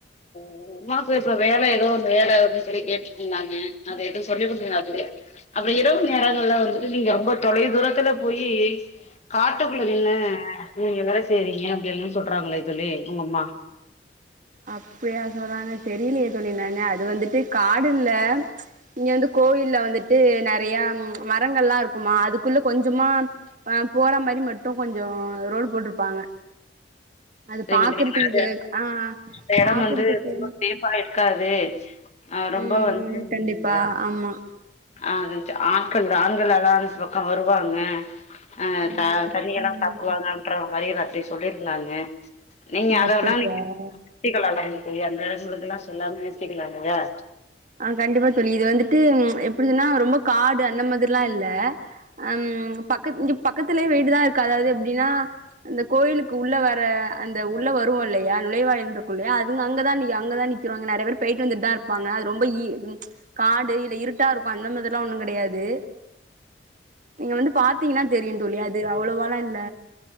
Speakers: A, on the left; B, on the right.
A: உங்கம்மாக்கு இப்ப வேல ஏதோ ஒரு வேல வேணு சொல்லி கேட்டுட்ருந்தாங்க அத எது சொல்லி குடுத்தங்க அதுலே அப்புற இரவு நேரங்கள்ல வந்துட்டு நீங்க ரொம்ப தொலை தூரத்துல போயி காட்டுக்குள்ள நின்னு நீங்க வேல செய்றிங்க அப்டி எல்லா சொல்றாங்களே தோழி உங்க அம்மா
B: அப்படியா சொல்றாங்க தெரிலையே தோழி நானு அது வந்துட்டு காடில்ல இங்க வந்து கோயில்ல வந்துட்டு நெறையா மரங்கள்லா இருக்குமா அதுக்குள்ள கொஞ்சமா ஆ போற மாரி மட்டு கொஞ்ச ரோடு போட்ருப்பாங்க அது பாக்குறதுக்கு
A: ஏன்னா அது
B: ஆ
A: அந்த எடம்
B: பாக்குறதுக்கு
A: வந்து ரொம்ப சேஃபா இருக்காது ஆ ரொம்ப
B: ம்
A: வந்து
B: கண்டிப்பா ஆமா
A: ஆ ச ஆட்கள் ஆண்கள் எல்லா அந்த பக்க வருவாங்க அ
B: ஆமா
A: த
B: ஆமா
A: தண்ணி எல்லா
B: ம்
A: சாப்டுவங்கன்ற மாரி எதா பேசி சொல்லிருந்தாங்க நீங்க
B: ஓ
A: அதெல்லா
B: அப்படியா
A: நீங்க நிறுத்திக்கலால அந்த எடங்களுக்கு எல்லா செல்லாம நிறுத்திக்கலா இல்லையா
B: ஆ கண்டிப்பா தோழி இது வந்துட்டு எப்படின்னா ரொம்ப காடு அந்த மாதிரிலா இல்ல அம் பக்க இங்க பக்கத்துலயே வீடுதா இருக்கு அதாவுது எப்டின்னா அந்த கோயிலுக்கு உள்ள வர அந்த உள்ள வருவோ இல்லையா நுழைவாயில் இருக்கு இல்லையா அதுங்க அங்கதா அங்கதா நிக்கறாங்க நெறைய பேர் போயிட்டு வந்துட்டுதா இருப்பாங்க ரொம்ப இ காடு இல்ல இருட்டா இருக்கு அந்த மாதிரில்லா ஒன்னு கெடையாது நீங்க வந்து பாத் திங்னா தெரியு தோழி அது அவ்வளவாலா இல்ல